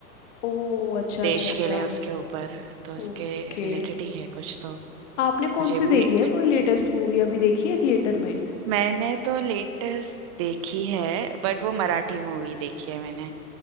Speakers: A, on the left; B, on the right.
A: ओ अच्छा
B: देश
A: अच्छा अच्छा
B: के लिए उसके ऊपर तो उसके
A: ओके
B: रिलेटेड ही है कुछ तो
A: आपने कौन
B: मुझे
A: सी
B: भी
A: देखी है कोई लेटेस्ट मूवी अभी देखी है थिएटर में
B: मैंने तो लेटेस्ट देखी है बट वो मराठी मूवी देखी है मैंने